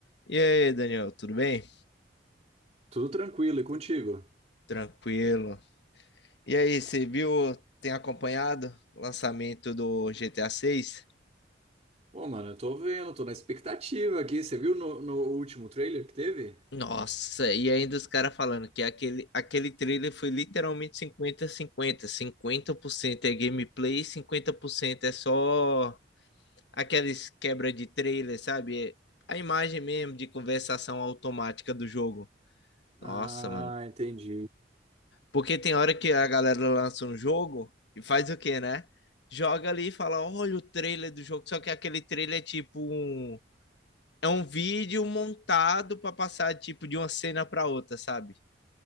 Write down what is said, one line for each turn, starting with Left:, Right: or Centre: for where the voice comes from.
Left: E aí, Daniel, tudo bem?
Right: Tudo tranquilo, e contigo?
Left: Tranquilo. E aí, você viu, tem acompanhado o lançamento do GTA 6?
Right: Pô, mano, eu tô vendo, tô na expectativa aqui. Você viu no, no último trailer que teve?
Left: Nossa, e ainda os caras falando que aquele, aquele trailer foi literalmente cinquenta a cinquenta cinquenta por cento é gameplay, 50% é só aquelas quebra de trailer, sabe? É A imagem mesmo de conversação automática do jogo. Nossa,
Right: Ah,
Left: mano.
Right: entendi.
Left: Porque tem hora que a galera lança um jogo e faz o quê, né? Joga ali e fala: olha o trailer do jogo. Só que aquele trailer é tipo um. É um vídeo montado para passar tipo de uma cena para outra, sabe?